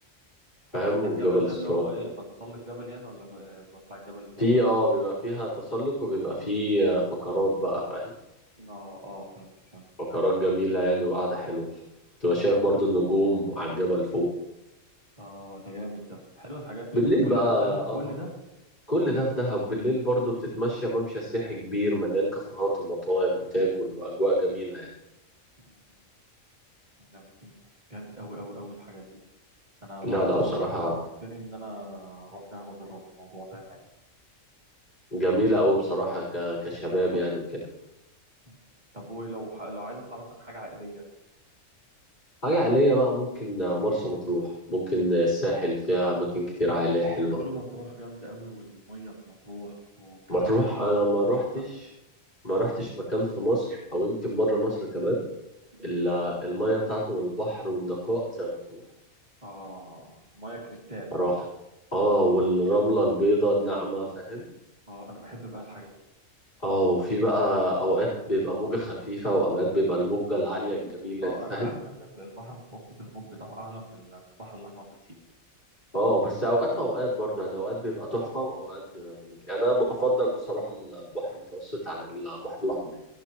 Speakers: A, on the left; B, on the right.
A: فاهم
B: هل ده
A: وجبل
B: الجبل ده
A: اسطنبول
B: اللي هو ايه بتسلق الجبل يعني ولا ب- بطلع الجبل ازاي
A: في اه بيبقى فيها تسلق وبيبقى فيه آه، فقرات بقى فاهم
B: اه اه فهمت فهمت
A: فقرات جميلة يعني وقعدة حلوة تبقى شايف
B: مم.
A: برضو النجوم وعلى الجبل فوق
B: اه ده جامد ده حلو الحاجات
A: بالليل
B: دي ده كل
A: بقى
B: ده في دهب
A: اه
B: كل
A: آه.
B: ده
A: كل ده في دهب بالليل برضو بتتمشى ممشى سياحي كبير مليان كافيهات ومطاعم وتاكل وأجواء جميلة يعني
B: مم. جامدين جامد قوي قوي قوي الحاجات دي انا ما
A: لا
B: رحتش
A: لا بصراحة
B: والله انت حمستني ان انا اروح دهب واجرب الموضوع ده
A: جميلة أوي بصراحة ك... كشباب يعني وكده
B: مم. طب ولو ح- لو عايز اطلع مثلا حاجه عائليه
A: حاجة عائلية بقى ممكن مرسى مطروح ممكن الساحل فيها أماكن كتير عائلية حلوة
B: بيقولوا مطروح جامده قوي والميه في مطروح والكلام
A: مطروح
B: ده بيقولوا
A: أنا ما روحتش
B: تحفه
A: ما روحتش مكان في مصر أو يمكن بره مصر كمان
B: مم.
A: إلا المية بتاعته والبحر والنقاء زي مطروح
B: اه ميه كريستال
A: صراحة اه والرملة البيضاء الناعمة فاهم
B: اه انا بحب بقى الحاجات دي
A: اه وفي بقى أوقات بيبقى موجة خفيفة وأوقات بيبقى الموجة العالية الجميلة
B: اه
A: دي فاهم
B: انا عارف ان ال- البحر المتوسط الموج بتاعه اعلى من ال- البحر الاحمر بكتير
A: اه بس اوقات واوقات برضه يعني اوقات بيبقى تحفه واوقات بيبقى جميل يعني انا بفضل بصراحه البحر المتوسط عن البحر الاحمر